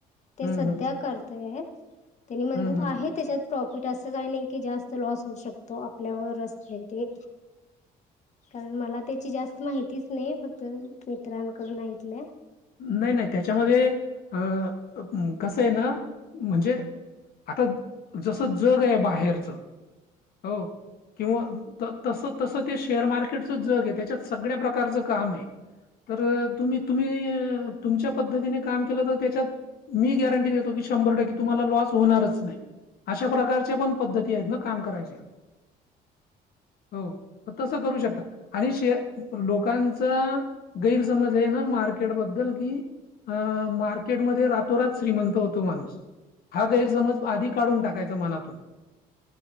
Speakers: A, on the left; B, on the left.
A: ते
B: हम्म
A: सध्या
B: हम्म
A: करतय त्यांनी म्हणतात
B: हम्म
A: आहे त्याच्यात प्रॉफिट असं काही नाही की जास्त लॉस होऊ शकतो आपल्यावर असते ते कारण मला त्याची जास्त माहितीच नाही फक्त मित्रांकडून ऐकलंय.
B: नाही नाही त्याच्यामध्ये अ कसं आहे ना म्हणजे आता जसं जग आहे बाहेरच हो किंवा तस तसं ते शेअर मार्केटचं जग आहे त्याच्यात सगळ्या प्रकारचं काम आहे तर तुम्ही तुम्ही तुमच्या पद्धतीने काम केलं तर त्याच्यात मी गॅरंटी देतो की शंभर टक्के तुम्हाला लॉस होणारच नाही अशा प्रकारच्या पण पद्धती आहेत ना काम करायच्या हो तसं करू शकता आणि श लोकांचा गैरसमज आहे ना मार्के े बद्दल की अ मार्केटमध्ये रातोरात श्रीमंत होतो माणूस हा गैरसमज आधी काढून टाकायचा मनातून